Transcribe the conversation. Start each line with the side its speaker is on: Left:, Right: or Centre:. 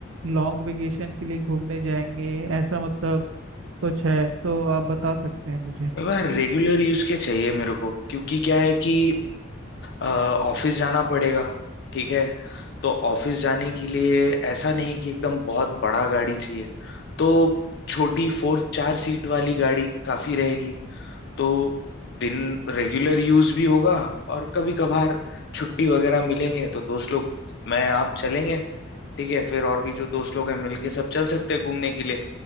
Right: लॉन्ग वेकेशन के लिए घूमने जाएंगे ऐसा मतलब कुछ है तो आप बता सकते हैं मुझे
Left: मेरे को यार रेगुलर यूज के चाहिए मेरे को क्योंकि क्या है कि ऑफिस जाना पड़ेगा ठीक है तो ऑफिस जाने के लिए ऐसा नहीं कि एकदम बहुत बड़ा गाड़ी चाहिए तो छोटी फोर चार सीट वाली गाड़ी काफी रहेगी तो दिन रेगुलर यूज भी होगा और कभी कभार छुट्टी वगैरह मिलेंगे तो दोस्त लोग मैं आप चलेंगे ठीक है फिर और भी जो दोस्त लोग हैं मिलके सब चल सकते हैं घूमने के लिए